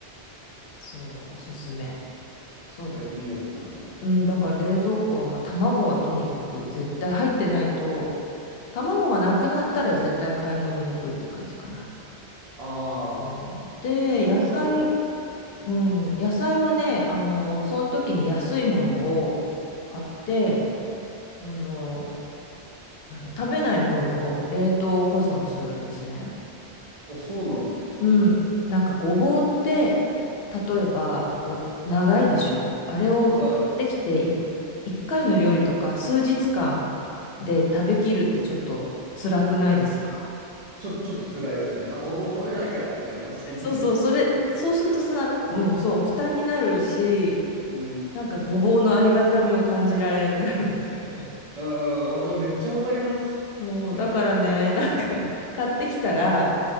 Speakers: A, on the left; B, on the right.
A: そう、おすすめ。そうだね。
B: え、いいですね。
A: だから、うん、だから冷蔵庫は、まあ、卵はとにかく絶対入ってないと、卵がなくなったら絶対買い物に行くって感じかな。
B: ああ、
A: うん、で、
B: 一緒かもしれないです。
A: 野菜、
B: うん。
A: うん、野菜はね、あの、その時に安いものを買って、あの、なんだ、食べない分を冷凍保存するんですね。
B: お、そうなんですね。
A: うん。なんかごぼうって、例えば、こう、長いでしょあれを買ってきてい
B: はい。
A: 一回の料理とか数日間で食べきるってちょっと辛くないですか
B: ちょ、ちょっと辛いですね。あ、ごぼう食べなきゃってなりますもんね。
A: そうそう、それ、そうするとさ、なんか、うん、そう、負担になるし、
B: うん。
A: なんかごぼうのありがたみを感じられなくなるみたいな。
B: うん、わか、めっちゃわかります。
A: そう、
B: <laughs>
A: だからね、なんか、
B: うん。
A: 買ってきたら、